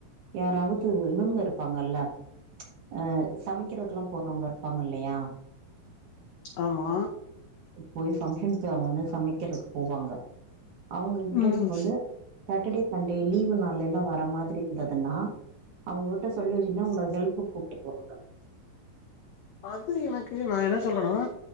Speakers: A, on the right (about 65°); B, on the left (about 85°).
A: யாரா ராவுது இவங்க இருப்பாங்கல்ல அ சமைக்கறதுக்கெல்லா போனவங்க இருப்பாங்கல்லையா
B: ஆமா
A: போய் ஃபங்ஷன்க்கு அவுங்க வந்து சமைக்கிறக்கு போவாங்க அவுங்க கிட்ட
B: ம்
A: <inaudible> வந்து சாட்டர்டே சண்டே லீவு நாள்ல எல்லா வர மாதிரி இருந்ததுன்னா அவுங்ககிட்ட சொல்லிங்ன்னா உங்கள ஹெல்ப் கூப்ட்டுக்குவாங்கள
B: அது எனக்கு நா என்ன சொல்றனா